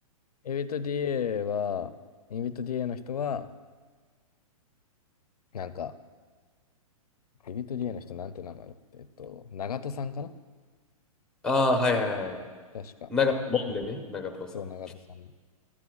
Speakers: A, on the left; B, in the centre.
A: エビと DA は、エビと DA の人は、なんか、エビと DA の人なんて名前だって、えっと、長戸さんかな
B: ああ、はいはいはい。
A: 確か。
B: 長いもんでね、長藤さん。
A: そう、長戸さん。